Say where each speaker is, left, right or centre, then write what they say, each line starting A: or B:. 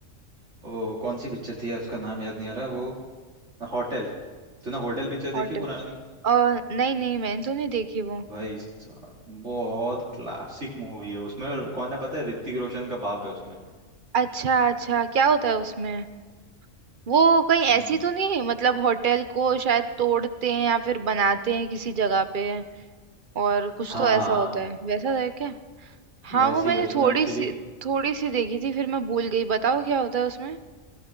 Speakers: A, on the right; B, on the right.
A: ओ कौन सी पिक्चर थी यार उसका नाम याद नहीं आ रहा वो होटल तूने होटल पिक्चर
B: होटल
A: देखी पुरानी
B: और नहीं नहीं मैंने तो नहीं देखी वो
A: भाई साहब बहुत क्लासिक मूवी है उसमें कौन है पता है ऋतिक रोशन का बाप है उसमें
B: अच्छा अच्छा क्या होता है उसमें वो कहीं
A: हम्म
B: ऐसी तो नहीं है मतलब होटल को शायद तोड़ते हैं या फिर बनाते हैं किसी जगह पे और कुछ
A: हाँ
B: तो ऐसा होता है वैसा है क्या हाँ
A: वैसी
B: वो मैंने
A: है उसमें
B: थोड़ी
A: एक्चुअली
B: सी थोड़ी सी देखी थी फिर मैं भूल गई बताओ क्या होता है उसमें